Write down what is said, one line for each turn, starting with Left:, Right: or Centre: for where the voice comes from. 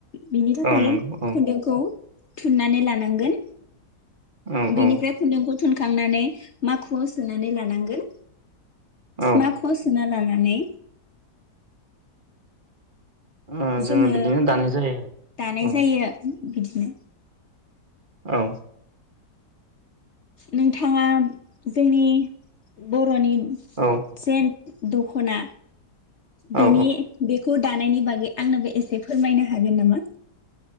Left: बिनि थाखाय
Right: नंगौ औ
Left: खुन्दुंखौ थुननानै लानांगोन
Right: औ
Left: बिनिफ्राय खुन्दुंखौ थुनखांनानै माखुआव सोनानै लानांगोन।
Right: औ
Left: माखुआव सोनानै लानानै
Right: औ
Left: जोङो
Right: बिदिनो दानाय जायो
Left: दानाय
Right: औ
Left: जायो। बिदिनो
Right: औ
Left: नोंथाङा जोंनि बर'नि <unintelligible>
Right: औ
Left: दखना
Right: औ
Left: बेनि बे खौ दानायनि बागै आंनोबो एसे फोरमायनो हागोन नामा?